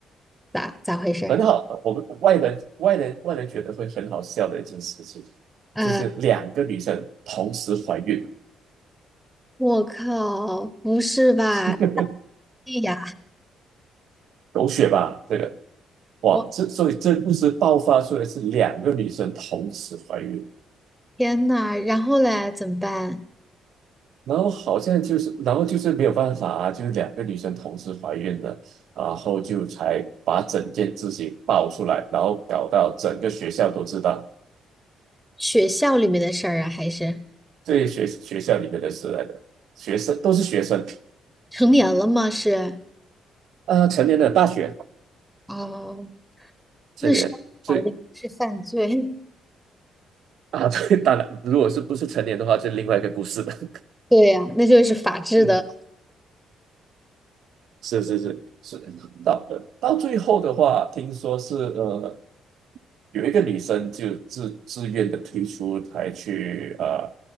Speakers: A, in the centre; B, on the right (about 75°).
A: 咋咋回事儿？
B: 很好，我们外人外人外人觉得会很好笑的一件事情，
A: 呃，
B: 就是两个女生同时怀孕，
A: 我靠，不是吧？
B: <laughs>
A: 哎呀，
B: 狗血吧？这个，哇，
A: 我
B: 这所以这故事爆发出来是两个女生同时怀孕，
A: 天呐，然后嘞，怎么办？
B: 然后好像就是，然后就是没有办法啊，就是两个女生同时怀孕了。然后就才把整件事情爆出来，然后搞到整个学校都知道。
A: 学校里面的事儿啊，还是
B: 这些学学校里面的是来的学生都是学生，
A: 成年了吗？是，
B: 呃，成年的大学
A: 哦，
B: 成年，
A: 那是，
B: 所以
A: 好像是犯罪 <laughs>
B: 啊，<laughs> 对，当然，如果是不是成年的话，就另外一个故事了。<laughs>
A: 对呀、那就是法治的。
B: 嗯，是是是是，到呃到最后的话，听说是呃有一个女生就自自愿的退出，才去呃，